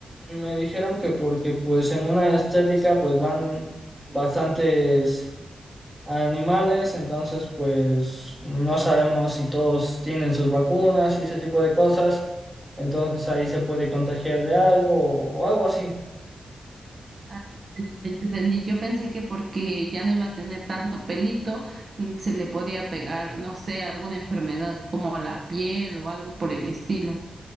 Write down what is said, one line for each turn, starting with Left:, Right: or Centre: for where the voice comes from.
Centre: me dijeron que porque pues en una estética pues van bastantes animales, entonces pues no sabemos si todos tienen sus vacunas y ese tipo de cosas, entonces ahí se puede contagiar de algo o, algo así.
Right: Ah, ya ya entendí. Yo pensé que porque ya no iba a tener tanto pelito, l- se le podía pegar, no sé, alguna enfermedad como la piel o algo por el estilo.